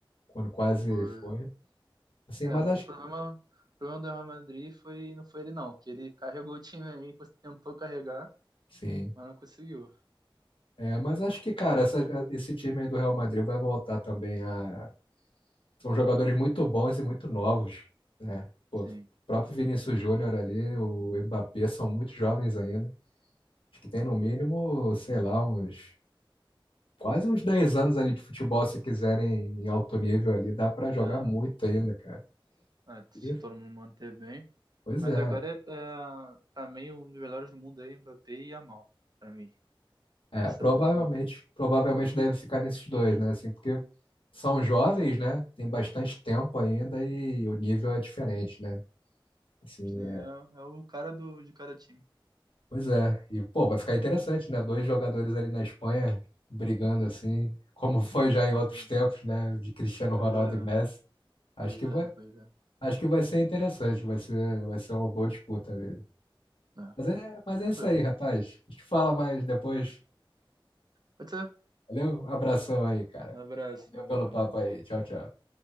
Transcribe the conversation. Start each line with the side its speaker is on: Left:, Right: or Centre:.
Left: Quando quase
Right: pô,
Left: foi. Assim,
Right: É,
Left: mas
Right: o
Left: acho,
Right: problema, o problema do Real Madrid foi, não foi ele não, que ele carregou o time aí, cons- tentou carregar,
Left: sim.
Right: mas não conseguiu.
Left: É, mas acho que, cara, essa- esse time aí do Real Madrid vai voltar também a São jogadores muito bons e muito novos, né?
Right: Sim,
Left: O próprio Vinícius Júnior ali, o Mbappé, são muito jovens ainda. Acho que tem no mínimo, sei lá, uns quase uns 10 anos ali de futebol, se quiserem em alto nível ali, dá pra jogar
Right: é,
Left: muito ainda, cara.
Right: é, se
Left: E,
Right: todo mundo manter bem.
Left: pois
Right: Mas
Left: é.
Right: agora é, é, pra mim, um dos melhores do mundo aí, Mbappé e Yamal, pra mim.
Left: É,
Right: Essa
Left: provavelmente,
Right: briga aí.
Left: provavelmente deve ficar nesses dois, né? Assim, porque são jovens, né? Tem bastante tempo ainda e o nível é diferente, né? Assim,
Right: Sim, é, é o cara do, de cada time.
Left: Pois é, e pô, vai ficar interessante, né? Dois jogadores ali na Espanha brigando assim, como <laughs> foi
Right: É,
Left: já em
Right: exatamente.
Left: outros tempos, né? De Cristiano Ronaldo
Right: Pois é,
Left: e Messi. Acho
Right: pois
Left: que
Right: é,
Left: vai,
Right: pois é.
Left: acho que vai ser interessante, vai ser, vai ser uma boa disputa mesmo.
Right: É,
Left: Mas é, mas
Right: vamos
Left: é isso
Right: ver.
Left: aí, rapaz. A gente fala mais depois.
Right: Pode ser.
Left: Valeu, um abração aí, cara.
Right: Um abraço,
Left: Valeu
Right: vamos
Left: pelo
Right: junto.
Left: papo aí. Tchau, tchau.